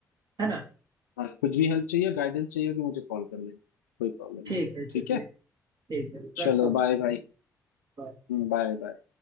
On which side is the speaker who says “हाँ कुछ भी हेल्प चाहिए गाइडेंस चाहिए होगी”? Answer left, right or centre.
Left